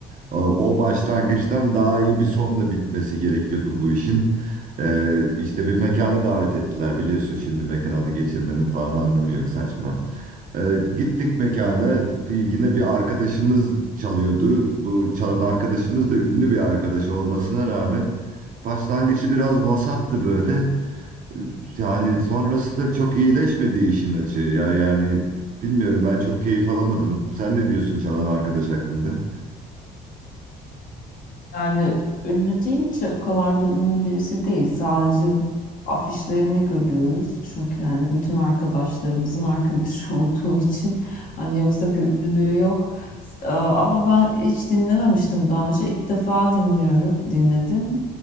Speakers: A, on the right; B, on the left.
A: E, o başlangıçtan daha iyi bir sonla bitmesi gerekiyordu bu işin. E, işte bir mekana davet ettiler. Biliyorsun şimdi mekan adı geçirmenin falan anlamı yok saçma. E, gittik mekana. Bir- yine bir arkadaşımız çalıyordu. Bu çalan arkadaşımız da ünlü bir arkadaş olmasına rağmen... Başlangıcı biraz vasattı böyle. Yani sonrası da çok iyileşmedi işin açığı ya. Yani bilmiyorum ben çok keyif alamadım. Sen ne diyorsun çalan arkadaş hakkında?
B: Yani ünlü deyince o kadar da ünlü birisi değil. Sadece afişlerini görüyoruz. Çünkü yani bütün arkadaşlarımızın arkadaşı <laughs> olduğu için hani yoksa bir ünlülüğü yok. S- e, Ama ben hiç dinlememiştim daha önce. İlk defa dinliyorum, dinledim.